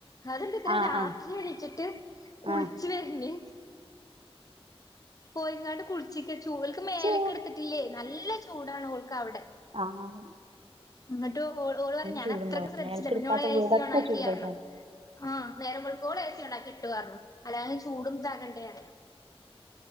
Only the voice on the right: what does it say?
ആ
ആ
ആ
ചൂ
ആഹ്,
ചൂടുണ്ടാവും
മേൽക്കെടുക്കാത്ത
വീടൊക്കെ
ചൂടായിട്ടാണ്